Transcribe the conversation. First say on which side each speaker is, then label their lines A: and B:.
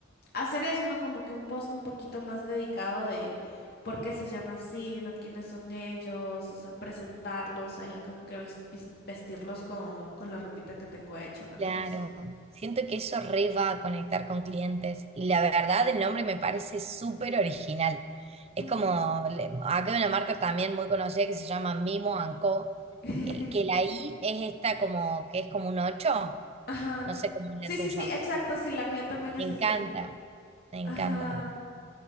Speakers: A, on the left (about 55°); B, on the right (about 30°).
A: hacer eso, ¿no? Como que un post un poquito más dedicado de por qué se llama así, ¿no? ¿Quiénes son ellos? O sea, presentarlos ahí, como que ves- vis- vestirlos con, con la ropita que tengo hecha, una
B: Claro,
A: cosa así.
B: siento que eso re va a conectar con clientes y la verdad el nombre me parece súper original. Es
A: Ujú.
B: como, le- acá hay una marca también muy conocida que se llama Mimo Anco,
A: <laughs>
B: que la I es esta como, que es como un 8,
A: Ajá.
B: no sé cómo es
A: Sí,
B: la tuya.
A: sí, sí, exacto, sí, la mía también es
B: Me
A: así.
B: encanta, me encanta.
A: Ajá.